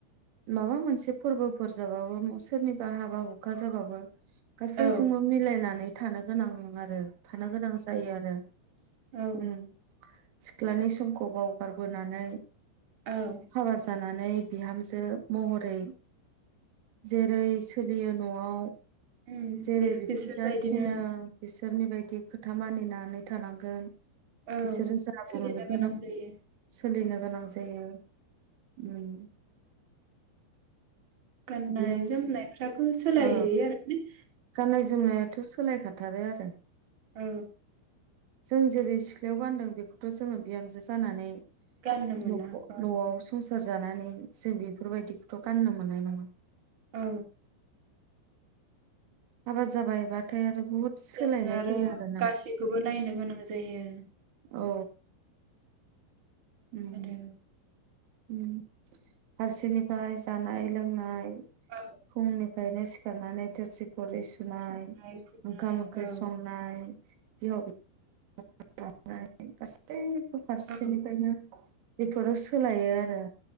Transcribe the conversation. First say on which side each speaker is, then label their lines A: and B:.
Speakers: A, on the right; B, on the right.
A: माबा मोनसे फोरबोफोर जाबाबो सोरनिबा हाबा हुखा जाबाबो। गासैजोंबो
B: औ
A: मिलायनानै। थानो गोनां आरो थानो गोनां जायो आरो
B: औ
A: उम। सिख्लानि समखौ बावगारबोनानै।
B: औ
A: हाबा जानानै बिहामजो महरै जेरै सोलियो नआव।
B: उम
A: जेरै
B: बे-
A: बिखुनजोआ
B: बिसोरबायदिनो
A: थिनो बिसो। सोरनि बायदि खोथा मानिनानै थानांगोन।
B: औ
A: बिसोरो जा
B: सोलिनो
A: बुङो बेखौनो
B: गोनां जायो।
A: सोलिनो गोनां जायो। उम
B: गाननाय
A: बेयाव
B: जोमनायफ्राबो सोलायहैयो
A: ओ
B: आरो माने।
A: गाननाय जोमनायाथ सोलायखाथ थारो आरो
B: औ।
A: जों जेरै सिख्लायाव गान्दों बेखौथ' जोङो बिहामजो जानानै।
B: गाननो मोना
A: न
B: औ
A: न'आव सोर हो जानानै जे बेफोरबायदिखौथ' गाननो मोननाय नङा।
B: औ
A: हाबा जाबाय बाथाय आरो बुहुद सोलायनाय
B: जोङो
A: फैयो आरो ना।
B: गासैखौबो नायनो गोनां जायो।
A: औ। उम।
B: आरो
A: उम फारसेनिफ्राय जानाय लोंनाय
B: औ
A: खमनि। बायनो सिखारनानै थोरसि खरै सुनाय
B: संनाय खुरनाय
A: ओंखाम ओंख्रि
B: औ
A: संनाय बिहाव बि <unintelligible> गासै फो फारसे
B: औ
A: निफ्रायनो बेफोरो सोलायो आरो।